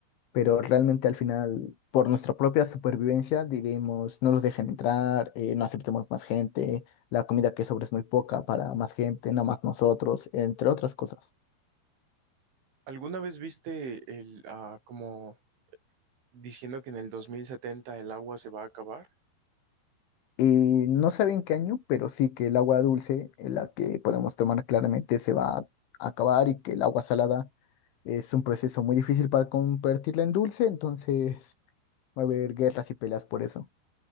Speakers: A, on the left; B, on the right.
A: pero realmente al final, por nuestra propia supervivencia, diríamos, no los dejen entrar, eh, no aceptemos más gente, la comida que sobra es muy poca para más gente, nada más nosotros, entre otras cosas.
B: ¿Alguna vez viste el, ah, como diciendo que en el 2070 el agua se va a acabar,
A: Y no sabe en qué año, pero sí que el agua dulce, en la que podemos tomar claramente, se va a acabar y que el agua salada es un proceso muy difícil para convertirla en dulce, entonces va a haber guerras y peleas por eso.